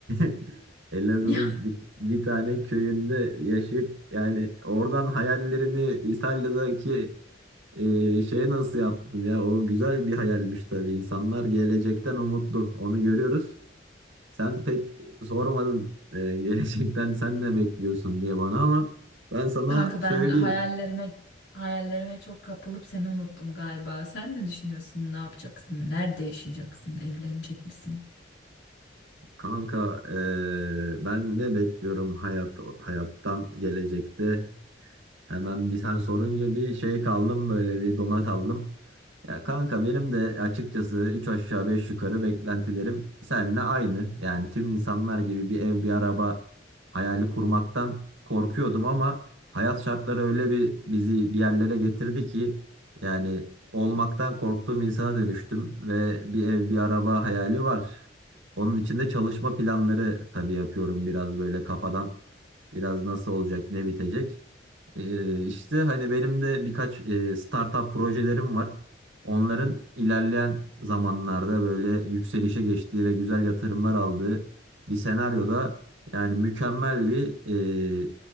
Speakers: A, on the right; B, on the left.
A: <laughs> Elazığ'ın
B: <laughs> Ya
A: bir, bir tane köyünde yaşayıp yani oradan hayallerini İtalya'daki e, şeye nasıl yaptın ya? O güzel bir hayalmiş tabii. İnsanlar gelecekten umutlu. Onu görüyoruz. Sen pek sormadın e, <laughs> gelecekten sen ne bekliyorsun diye bana ama ben sana
B: Kanka
A: söyleyeyim.
B: ben hayallerime hayallerime çok kapılıp seni unuttum galiba. Sen ne düşünüyorsun? Ne yapacaksın? Nerede yaşayacaksın? Evlenecek misin?
A: Kanka e, ben ne bekliyorum hayat hayattan gelecekte? Hemen bir sen sorunca bir şey kaldım böyle bir dona kaldım. Ya kanka benim de açıkçası 3 aşağı 5 yukarı beklentilerim seninle aynı. Yani tüm insanlar gibi bir ev bir araba hayali kurmaktan korkuyordum ama hayat şartları öyle bir bizi bir yerlere getirdi ki yani olmaktan korktuğum insana dönüştüm ve bir ev bir araba hayali var. Onun için de çalışma planları tabii yapıyorum biraz böyle kafadan biraz nasıl olacak ne bitecek. Ee, işte hani benim de birkaç e, startup projelerim var. Onların ilerleyen zamanlarda böyle yükselişe geçtiği ve güzel yatırımlar aldığı bir senaryoda yani mükemmel bir e,